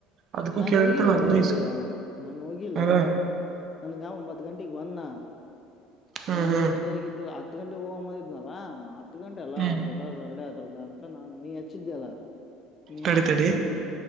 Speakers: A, on the right; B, on the left.
A: ಅದಕ್ಕೂ
B: ನಾನ್ು
A: ಕೇಳಿರ್ತಾನ
B: ಹೋಗಿಲ್ಲಯ್ಯ
A: ಹದ್ನೈದು
B: ನಾ ನಾನು ಹೋಗಿಲ್ಲ
A: ಅದ
B: ನನ್ಗ ಒಂಬತ್ ಗಂಟಗ್ ಬಂದ
A: ಹ್ಮ್
B: ಇನ್ನ
A: ಹ್ಮ್
B: ರೆಡಿ ಆಗಿದಿಲ್ಲ ಹತ್ತು ಗಂಟೆಗೆ ಹೋಗ್ದಿದ್ನಲ್ಲಾ ಹತ್ತು ಗಂಟೆ ಅಲ್ಲ
A: ಹ್ಮ್
B: ಅರ್ಧದ ತಾಸ ರೆಡಿ ಡ ಅಂತ ನಾ ನೀ ಹಚ್ಚಿದ್ದೆಲ್ಲ ನೀ
A: ತಡಿ
B: ಹಚ್ಚೊಂದ
A: ತಡಿ